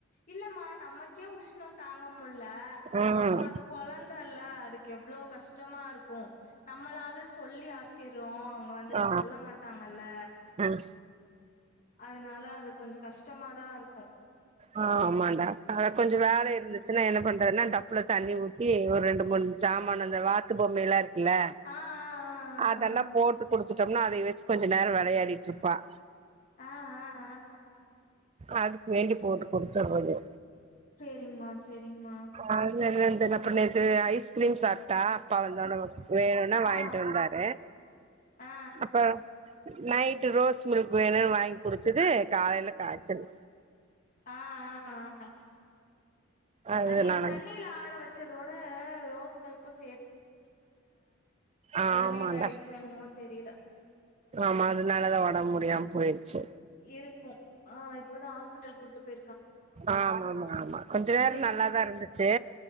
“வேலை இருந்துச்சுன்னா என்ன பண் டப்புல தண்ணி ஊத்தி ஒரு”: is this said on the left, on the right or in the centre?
Right